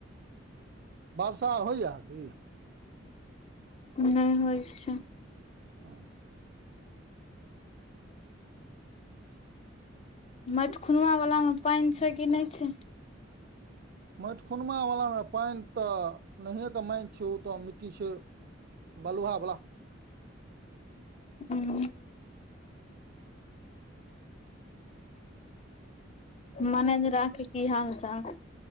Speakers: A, on the right; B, on the left.
A: वर्षा होइए की?
B: नै होइ छै।
A: हँ
B: मैट खुनआ वलामे पानि छै कि नहि छै?
A: मैट खुनवा वलामे पानि तऽ नहिए के माइन छै ओ तऽ मिट्टी छै। बलूहा बला।
B: हूं। मनेजरा के की हाल-चाल?